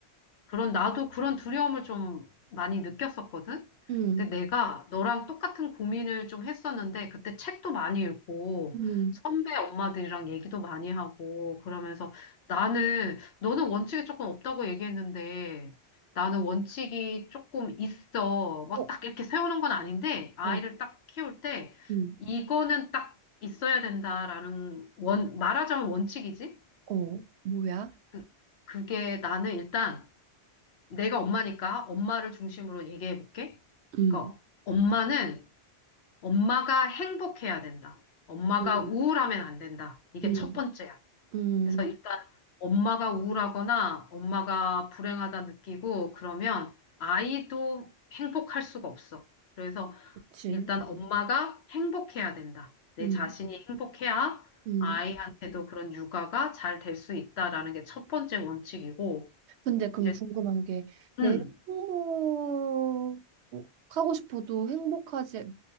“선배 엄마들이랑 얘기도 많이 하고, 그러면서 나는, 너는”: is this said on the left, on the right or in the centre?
Left